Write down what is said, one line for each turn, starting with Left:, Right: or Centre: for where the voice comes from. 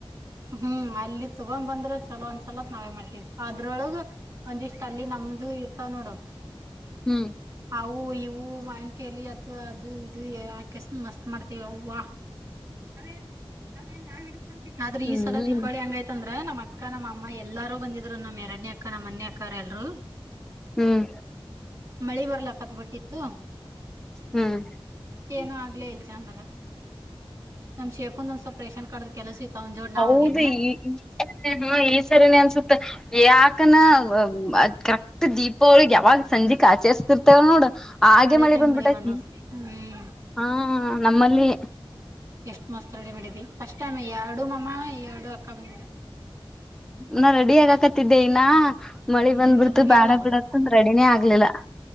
Right: ಹ್ಮ್ ಅಲ್ಲಿ ತುಗೊಂಡ್ಬಂದ್ರ ಚುಲೋ ಅನ್ಸಲ್ಲಂತ್ ನಾವೇ ಮಾಡ್ತೀವಿ ಅದ್ರೊಳಗ ಒಂದಿಷ್ಟ್ ಅಲ್ಲಿ ನಮ್ದು ಇರ್ತಾವ ನೋಡು
Centre: ಹ್ಮ್
Right: ಅವು ಈ ನೀವು ಮಾವನ್ಕಲಿ ಅಥವಾ ಅದು ಇದು ಯಾಕಸ್ ಮಸ್ತ್ ಮಾಡ್ತೇವಿ ಹವ ಹೇ ಹೇ ನಾವ್ ಇಡ್ಕೊಂಡು ಆದ್ರ
Centre: ಹ್ಮ್
Right: ಈ ಸಲ ದೀಪಾವಳ ಹಂಗಾಯ್ತು ಅಂದ್ರೆ ನಮ್ಮ್ ಅಕ್ಕ ನಮ್ಮ ಅಮ್ಮ ಎಲ್ಲಾರೂ ಬಂದಿದ್ರು ನಮ್ಮ್ ಎರಡನೇ ಅಕ್ಕ ನಮ್ಮ್ ಒನ್ನೇ ಅಕ್ಕ ಎಲ್ರು
Centre: ಹ್ಮ್
Right: ಮಳೆ ಬರಲ ಕತ್ ಬಟ್ಟೆ <inaudible>
Centre: ಹ್ಮ್
Right: ಏನ ಆಗ್ಲೇ ಇಲ್ ಚಂದಾಗ ನಮ್ ಶೇಖದು ಒಂದ್ ಸ್ವಲ್ಪ ರೇಷನ್ ಕಾರ್ಡ್ ದು ಕೆಲಸ ಇತ್ತು ಅವನ್ ಜೋಡ್ ನಾ
Centre: ಹೌದು
Right: ಹೋಗಿದ್ನ್ಯ
Centre: ಈ ಇಲ್ಲಿ ಸರಿನೆೇ ಅನ್ನಿಸುತ್ತೆ ಯಾಕನಾ ಅ ಕರೆಕ್ಟ್ ದೀಪವಳಿ ಅವ್ರಿಗೆ ಯಾವಾಗ ಸಂಜೆ ಆಚರಿಸ್ತಿರ್ ನೋಡು ಹಾಗೆ
Right: ಅದೇ
Centre: ಮಳಿ
Right: ಟೈಮ್
Centre: ಬಂದ್ಬಿಟ್ಟೈತಿ
Right: ಬಂದದ್ ಹ್ಮ್
Centre: ಹಾ ನಮ್ಮಲ್ಲಿ
Right: ಎಷ್ಟ್ ಮಸ್ತ್ ರೆಡಿ ಮಾಡಿದ್ವಿ ಫಸ್ಟ್ ಟೈಮ್ ಎರಡು ಮಾಮ್ಮ ಎರಡು ಅಕ್ಕ ಬಂದಿದ್ರು
Centre: ನಾ ರೆಡಿಯಗಾಕತ್ತಿದ್ದೆ ಇನ್ನ ಮಳಿ ಬಂದ್ಬಿಡ್ತು
Right: ನಿಂದ ಮುಗಿಯಲ್ಲ
Centre: ಬ್ಯಾಡ
Right: ಬಿಡ
Centre: ಬಿಡತ್ತಂದ ರೆಡಿನೇ ಆಗ್ಲಿಲ್ಲ